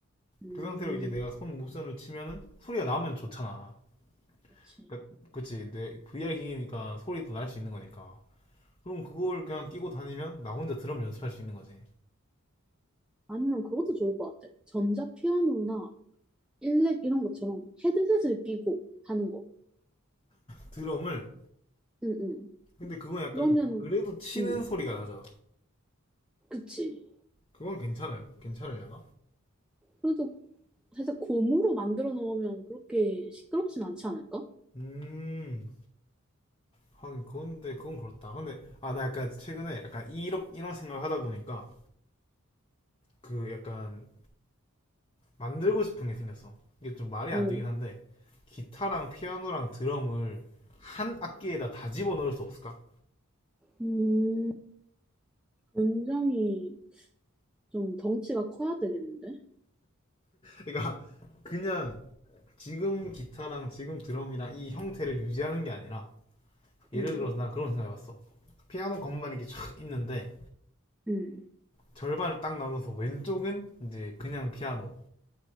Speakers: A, in the centre; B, on the left.
A: 음,
B: 그 상태로 이제 내가 손 모션을 치면은 소리가 나면 좋잖아.
A: 그치.
B: 그러니까 그치 내 VR 기기니까 소리도 날 수 있는 거니까 그럼 그걸 그냥 끼고 다니면 나 혼자 드럼 연습할 수 있는 거지
A: 아니면 그것도 좋을 것 같아. 전자 피아노나 일렉 이런 것처럼 헤드셋을 끼고 하는 거.
B: 드럼을
A: 응, 응.
B: 근데 그건 약간
A: 그러면,
B: 그래도 치는
A: 응,
B: 소리가 나잖아
A: 그치.
B: 그건 괜찮아요 괜찮으려나?
A: 그래도 살짝 고무로 만들어 놓으면 그렇게 시끄럽진 않지 않을까?
B: 음 하긴 그건데 그건 그렇다 근데 아 나 약간 최근에 약간 이런 이런 생각을 하다 보니까 그 약간 만들고 싶은 게 생겼어 이게 좀 말이
A: 오,
B: 안 되긴 한데 기타랑 피아노랑 드럼을 한 악기에다 다 집어넣을 수 없을까?
A: 음, 굉장히 좀 덩치가 커야 되겠는데?
B: 그러니까 그냥 지금 기타랑 지금 드럼이랑 이 형태를 유지하는 게 아니라 예를
A: 음,
B: 들어서 난 그런 생각해봤어. 피아노 건반 이렇게 촥 있는데
A: 음,
B: 절반을 딱 나눠서 왼쪽은 이제 그냥 피아노,